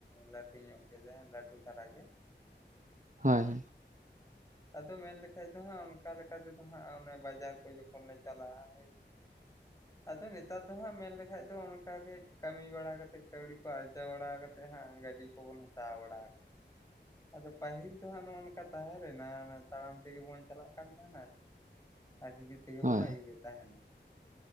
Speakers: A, on the left (about 15°); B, on the right (about 40°).
A: ᱞᱟᱹᱴᱩ ᱧᱚᱜ ᱜᱮᱫᱟ ᱞᱟᱹᱴᱩ ᱫᱷᱟᱨᱟ ᱜᱮ ᱾
B: ᱦᱳᱭ
A: ᱦᱮᱸ
B: ᱦᱳᱭ᱾
A: ᱟᱫᱚ ᱢᱮᱱᱞᱮᱠᱷᱟᱡ ᱫᱚ ᱦᱟᱸᱜ ᱚᱱᱠᱟ ᱞᱮᱠᱟᱛᱮᱫᱚ ᱦᱟᱸᱜ ᱚᱱᱮ ᱵᱟᱡᱟᱨ ᱠᱚ ᱡᱚᱠᱷᱚᱱ ᱞᱮ ᱪᱟᱞᱟᱜᱼᱟ᱾ ᱦᱳᱭ <inaudible> ᱟᱫᱚ ᱱᱮᱛᱟᱨ ᱫᱚ ᱦᱟᱸᱜ ᱢᱮᱱᱞᱠᱷᱟᱡ ᱫᱚ ᱚᱱᱠᱟᱜ ᱜᱮ ᱠᱟᱹᱢᱤ ᱵᱟᱲᱟ ᱠᱟᱛᱮᱫ ᱠᱟᱹᱣᱰᱤ ᱠᱚ ᱟᱨᱡᱟᱣ ᱵᱟᱲᱟ ᱠᱟᱛᱮᱫ ᱦᱟᱸᱜ ᱜᱟᱹᱰᱤ ᱠᱚᱵᱚᱱ ᱦᱟᱛᱟᱣ ᱵᱟᱲᱟ ᱠᱟᱜᱼᱟ᱾ ᱟᱫᱚ ᱯᱟᱹᱦᱤᱞ ᱫᱚ ᱦᱜ ᱱᱚᱜᱼᱚ ᱱᱚᱝᱠᱟ ᱛᱟᱦᱮᱸ ᱨᱮ ᱱᱟᱱᱟ ᱛᱟᱲᱟᱢ ᱛᱮᱜᱮ ᱵᱚᱱ ᱪᱟᱞᱟᱜ ᱠᱟᱱ ᱛᱟᱦᱮᱱᱟ᱾ ᱟᱨ ᱦᱤᱡᱩᱜ ᱛᱮᱜᱮ
B: ᱦᱳᱭ
A: ᱵᱚᱱ ᱟᱹᱭᱩᱵᱮᱛ ᱛᱟᱦᱮᱱᱟ